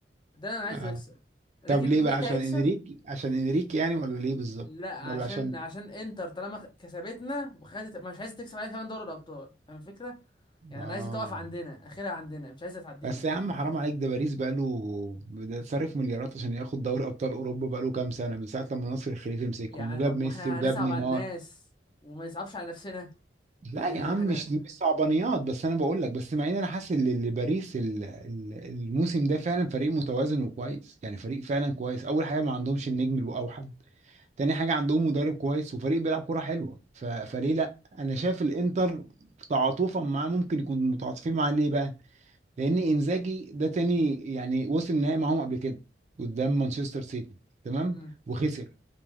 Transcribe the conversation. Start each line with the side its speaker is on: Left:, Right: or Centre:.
Left: ده انا عايزه
Right: آه.
Left: يكسب لكن
Right: طب ليه
Left: مين
Right: بقى عشان
Left: اللي هيكسب
Right: انريكي عشان انريكي يعني ولا ليه بالظبط
Left: لا عشان
Right: ولا عشان
Left: عشان انتر طالما خ- كسبتنا وخدت مش عايزه تكسب علينا كمان دوري الابطال فاهم الفكره يعني
Right: اه
Left: انا عايزه تقف عندنا اخرها عندنا مش عايزه تعدينا
Right: بس
Left: يعني
Right: يا عم حرام عليك ده باريس بقاله ده صرف مليارات عشان ياخد دوري ابطال اوروبا بقاله كام سنه من ساعه لما نصر الخليفي مسكهم
Left: يعني
Right: وجاب
Left: طب ما
Right: ميسي
Left: احنا
Right: وجاب
Left: هنصعب
Right: نيمار
Left: على الناس وما نصعبش على نفسنا
Right: لا
Left: يعني
Right: يا عم
Left: ما احنا
Right: مش مش صعبانيات بس انا بقول لك بس مع ان انا حاسس ان ال- باريس ال- ال- الموسم ده فعلا فريق متوازن وكويس يعني فريق فعلا كويس اول حاجه ما عندهمش النجم الاوحد تاني حاجة عندهم مدرب كويس وفريق بيلعب كرة حلوة ف... فليه لا انا شايف الانتر تعاطفا معاه ممكن يكون متعاطفين معاه ليه بقى لان انزاجي ده تاني يعني وصل النهائي معاهم قبل كده قدام مانشستر سيتي تمام
Left: مم.
Right: وخسر